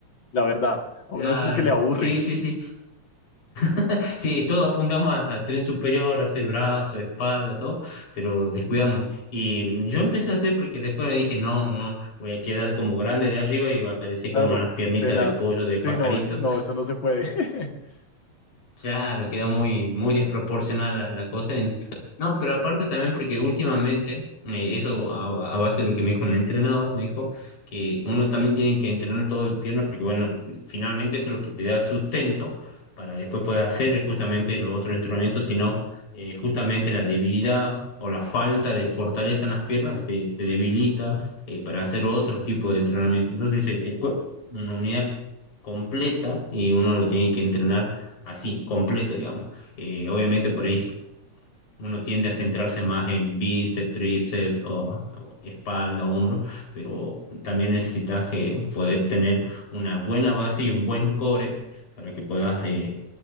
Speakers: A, on the left (about 45°); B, on the left (about 80°).
A: la verdad. A uno
B: Ah,
A: como que le aburre,
B: sí, sí, sí. <laughs> Sí, todos apuntamos a- al tren superior, a hacer brazo, espalda, todo, pero descuidamos. Y yo empecé a hacer porque después me dije, no, no, voy a quedar como grande de arriba y va a aparecer
A: claro,
B: como unas piernitas
A: tenaz.
B: de pollo, de
A: Sí,
B: pajarito,
A: no, es- no, eso no se puede. <laughs>
B: Claro, queda muy, muy desproporcional la, la cosa. Entonces, no, pero aparte también porque últimamente, eh, eso a, a base de lo que me dijo el entrenador, me dijo que uno también tiene que entrenar todo el pierna porque, bueno, finalmente eso es lo que te da sustento para después poder hacer justamente el otro entrenamiento, sino eh, justamente la debilidad o la falta de fortaleza en las piernas te, te debilita eh, para hacer otros tipos de entrenamiento. Entonces dice, el cuerpo es una unidad completa y uno lo tiene que entrenar así, completo, digamos. Eh, obviamente por ahí uno tiende a centrarse más en bíceps, tríceps o, o espalda, hombro, pero también necesitas eh, poder tener una buena base y un buen core para que puedas eh,